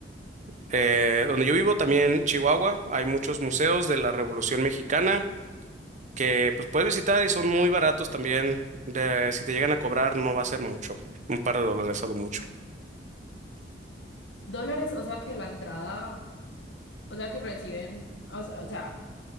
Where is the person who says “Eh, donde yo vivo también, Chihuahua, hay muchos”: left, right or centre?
Right